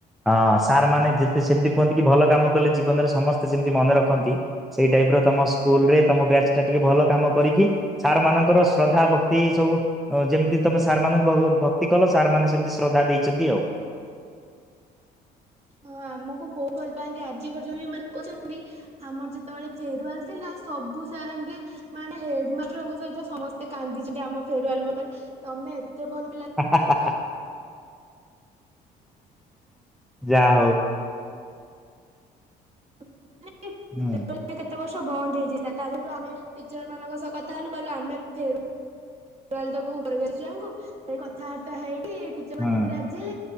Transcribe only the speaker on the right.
ହଁ ଆମକୁ ବହୁତ ଭଲ ପାଆନ୍ତି ଆଜି ପର୍ଯ୍ୟନ୍ତ ଏମାନେ କହୁଛନ୍ତି ଆମର ଯେତେବେଳେ ଫେରୁୱଲ ଥିଲା ସବୁ ସାର୍ ଆମେ ମାନେ ହେଡମାଷ୍ଟରଙ୍କ ସହିତ ସମସ୍ତେ କାନ୍ଦିଛନ୍ତି ଆମ ଫେରୁୱଲ ବେଳେ ତମେ ଭଲ ପିଲା
<unintelligible>
କେତେ ବର୍ଷ ବନ୍ଦ ହେଇଯାଇଥିଲା ତାପର ଠୁ ଆମେ ଟିଚର ମାନଙ୍କ ସହ କଥା ହେଲୁ କିହିଲୁ ଆମେ ଫେର ୱାଲ ଦବୁ ଉପର ବ୍ୟାଚ ଛୁଆଙ୍କୁ ତେ କଥାବାର୍ତ୍ତା ହେଇକି କି ଟିଚର ମାନେ
ବି ରାଜିହେଲେ